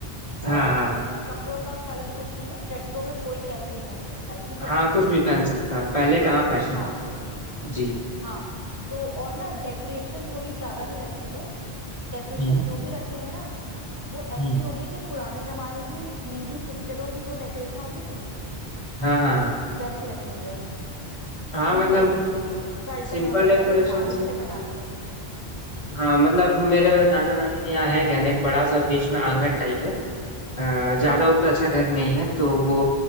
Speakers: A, on the left (about 45°); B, on the right (about 15°).
A: हाँ
B: और
A: हाँ
B: कपड़ों का कलर कुछ नहीं है रेट्रो में कोई कैसा भी पहन सकता है ठीक है
A: हाँ कुछ भी पहन सकता है पहले कहाँ फैशन
B: हाँ
A: होता था। जी
B: हाँ तो और ना डेकोरेशन थोड़ी ज्यादा नहीं रखेंगे डेकोरेशन
A: हम्म
B: जो भी रखेंगे ना वो ऐसी
A: हम्म,
B: होगी कि पुराने जमाने की हिंदी पिक्चरों की जो डेकोरेशन होती थी
A: हाँ हाँ हाँ
B: वैसी रखेंगे
A: हाँ
B: सिंपल
A: मतलब
B: सी कर्टन
A: सिंपल
B: वगैरह
A: डेकोरेशन
B: से साड़ी
A: से
B: से बना के
A: हाँ मतलब मेरे नाना नानी के यहाँ है क्या ना एक बड़ा सा बीच में आंगन टाइप है अ, ज्यादा
B: अच्छा
A: उतना
B: अच्छा
A: अच्छा घर नहीं है तो वो